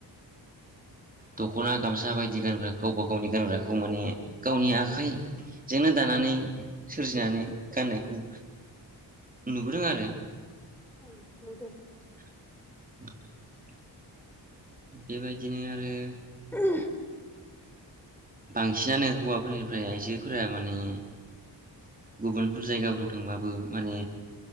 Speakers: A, on the right; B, in the centre.
A: दखना गामसा बायदि गानग्राखौ गावबा गावनि गानग्राखौ माने गावनि आखाइजोंनो दानानै सोरजिनानै गाननायखौ नुबोदों आरो
B: उम नुदो
A: <inaudible> बेबायदिनो आरो
B: <unintelligible>
A: बांसिनानो हौवाफोरनिफ्राय आइजोफोरा माने गुबुनफोर जायगाफोराव थांबाबो माने